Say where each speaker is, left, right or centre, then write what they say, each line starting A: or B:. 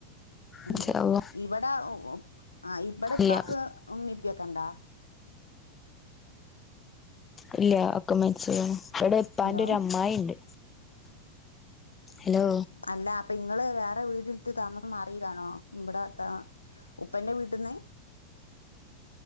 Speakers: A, on the left; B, on the left.
A: ഉം
B: ഇൻഷാ അല്ലാഹ്
A: ഇവിടെ ആ ഇവിടെ ഉപ്പാക്ക്
B: ഇല്ല
A: ഉമ്മിയും ഉപ്പയൊക്കെ ഇണ്ടോ
B: ഇല്ല ഇക്ക മരിച്ചു വീണു ഇടെ <unintelligible> ഉപ്പാന്റെ
A: ഹലോ
B: ഒരു അമ്മായി ഉണ്ട് ഹലോ
A: അല്ല അപ്പൊ ഇങ്ങള് വേറെ വീടെടുത്ത് താമസം മാറിയതാണോ ഇവിടത്തെ ആ ഉപ്പന്റെ വീട്ടിന്ന്-